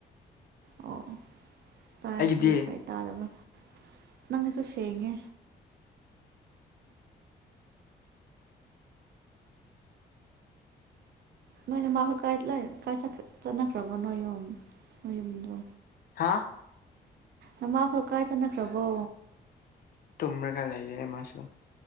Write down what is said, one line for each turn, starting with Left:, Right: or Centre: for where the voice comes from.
Right: ꯑꯣ ꯇꯥꯔꯗꯤ
Left: ꯑꯩꯒꯤꯗꯤ
Right: ꯐꯩ ꯇꯗꯕ ꯅꯪꯒꯤꯁꯨ ꯁꯦꯡꯉꯦ ꯅꯣꯏꯅ ꯃꯥꯈꯣꯏ ꯆꯠꯅꯈ꯭ꯔꯕꯣ ꯅꯣꯏ ꯌꯨꯝ ꯅꯣꯏ ꯌꯨꯝꯗꯣ
Left: ꯍꯥꯥ
Right: ꯅꯃꯛ ꯍꯀꯥꯏ ꯆꯅꯈ꯭ꯔꯕꯣ
Left: ꯇꯨꯝꯔꯀ ꯂꯩꯌꯦ ꯃꯥꯁꯨ